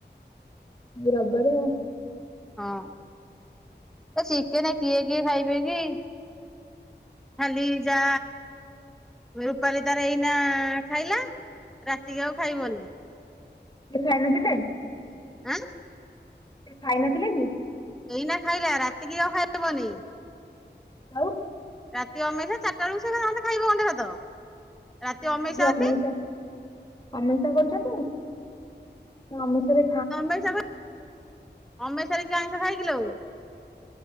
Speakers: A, on the left; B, in the centre.
A: ରବିବାରେ ଆଉ।
B: ହଁ ତ ଚିକେନ କିଏ କିଏ ଖାଇବେ କି? ଖାଲି ଯା ରୂପାଲି ତାର ଏଇନା ଖାଇଲା। ରାତିକି ଆଉ ଖାଇବନି।
A: ସେ ଖାଇ ନଥିଲେ?
B: ଏଁ।
A: ସେ ଖାଇ ନଥିଲେ କି?
B: ଏଇନା ଖାଇଲା ରାତି କିି ଆଉ ଖାଇବନି।
A: ଆଉ
B: ରାତି ଅମେଇଶା ଚାରିଟା ବେଳକୁ ସେଥାନ୍ତ ଖାଇବ ଗଣ୍ଡେ ଭାତ। ରାତି ଅମେଇସା
A: ହଁ ଯେ ଅମେଷା
B: ଅଛି
A: ଅମଷା କରୁଛନ୍ତି ସେ ଅମଷ ରେ
B: ଅମେଶ ମ ଅମିଷାରେ କିଏ ଆଇଁଷ ଖାଏ କିଲୋ?